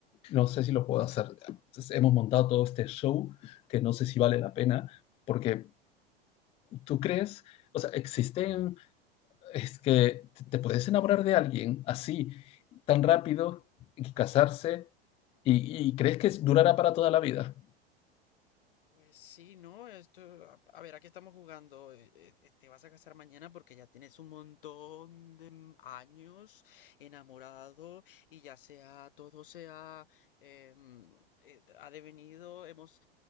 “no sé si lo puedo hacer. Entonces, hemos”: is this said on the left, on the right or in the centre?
Left